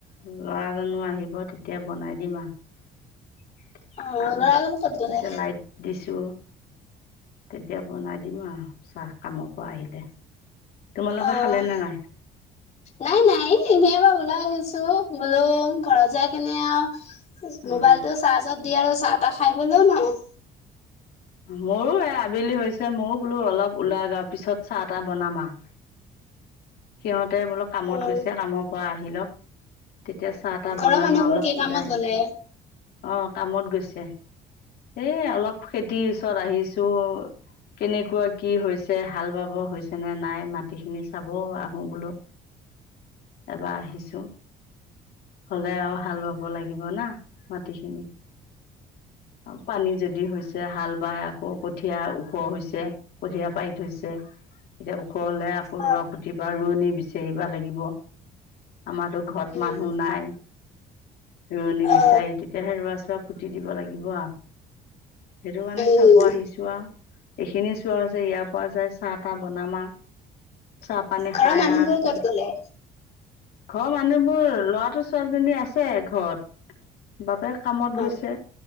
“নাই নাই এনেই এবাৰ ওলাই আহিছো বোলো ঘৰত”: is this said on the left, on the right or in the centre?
Left